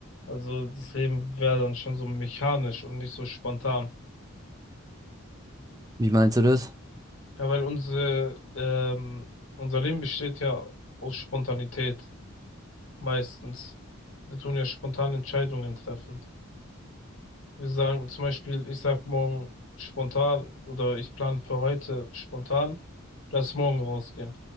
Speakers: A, on the left; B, on the right.
A: Also das Leben wäre dann schon so mechanisch und nicht so spontan.
B: Wie meinst du das?
A: Ja, weil unsere, ähm, unser Leben besteht ja aus Spontanität meistens. Wir tun ja spontan Entscheidungen treffen. Wir sagen zum Beispiel, ich sag morgen spontan oder ich plane für heute spontan, lass morgen rausgehen.